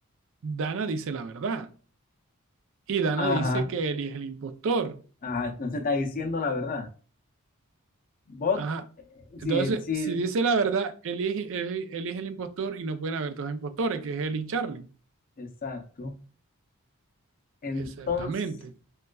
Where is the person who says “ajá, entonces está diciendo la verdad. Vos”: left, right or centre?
Left